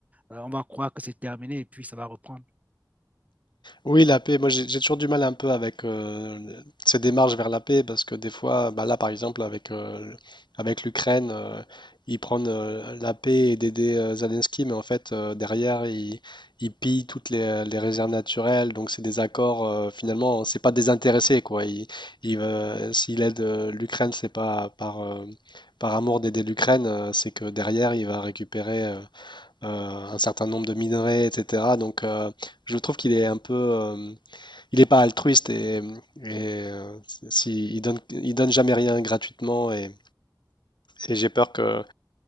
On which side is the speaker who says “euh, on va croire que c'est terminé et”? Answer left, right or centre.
Right